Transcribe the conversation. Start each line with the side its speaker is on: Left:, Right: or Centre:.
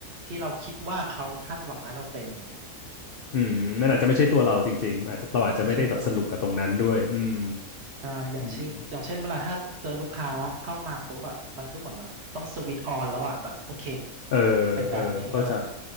Right: ที่เราคิดว่าเขาคาดหวังให้เราเป็นเนี่ย
Left: อืมมันอาจจะไม่ใช่ตัวเราจริงๆอาจจะเราอาจจะไม่ได้แบบสนุกกับตรงนั้นด้วยอืม
Right: ไม่ใช่ตัวเรา ใช่อย่างเช่นอย่างเช่นเวลาถ้าเจอลูกค้าเข้ามาปุ๊บอะมันก็เหมือนแบบต้องสวิตช์ออนแล้วอะแบบโอเค
Left: อืมเออ
Right: เป็นแบบนี้เออ
Left: เออเข้าใจ